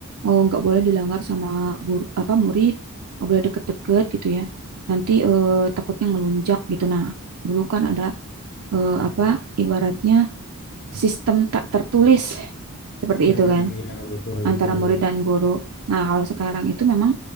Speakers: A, on the right; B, on the left.
A: eh, nggak boleh dilanggar sama guru, apa murid, nggak boleh deket-deket gitu ya. Nanti eh, takutnya ngelunjak gitu. Nah, dulu kan ada eh, apa ibaratnya sistem tak tertulis seperti
B: hmm,
A: itu kan
B: iya betul
A: antara
B: betul.
A: murid dan guru. Nah, kalau sekarang itu memang